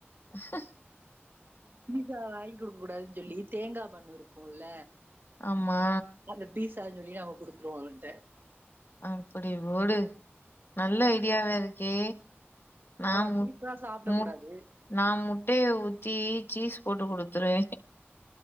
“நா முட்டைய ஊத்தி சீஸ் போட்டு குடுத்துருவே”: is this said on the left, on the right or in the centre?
Left